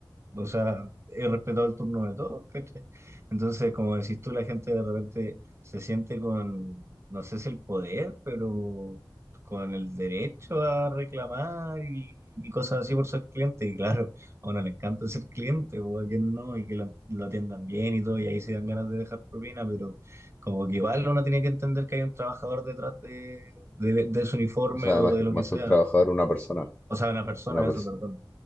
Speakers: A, on the right (about 35°); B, on the left (about 20°).
A: O sea, he respetado el turno de todos, ¿cachai? Entonces, como decís tú, la gente de repente se siente con, no sé si el poder, pero con el derecho a reclamar y, y cosas así por ser cliente. Y claro, a uno le encanta ser cliente, o a quien no, y que lo, lo atiendan bien y todo, y ahí se dan ganas de dejar propina, pero como que igual uno tiene que entender que hay un trabajador detrás de, de, de su uniforme
B: O sea,
A: o
B: más
A: de
B: que,
A: lo
B: más
A: que sea.
B: que un trabajador, una persona,
A: O sea, una persona,
B: una persona,
A: eso, perdón.